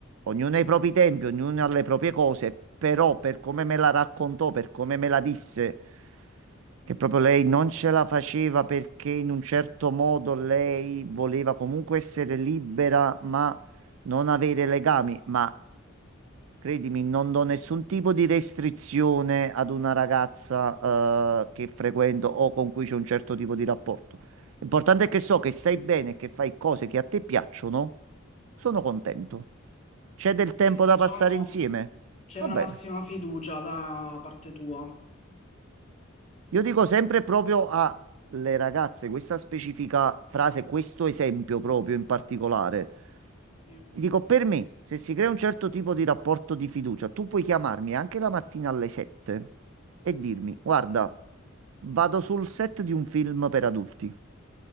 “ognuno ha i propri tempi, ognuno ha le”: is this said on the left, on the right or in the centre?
Right